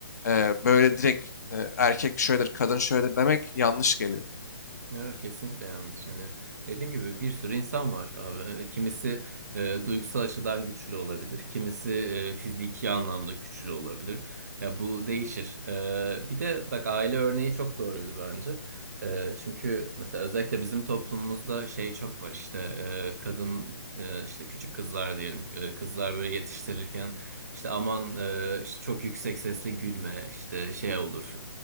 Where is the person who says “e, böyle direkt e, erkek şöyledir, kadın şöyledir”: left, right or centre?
Left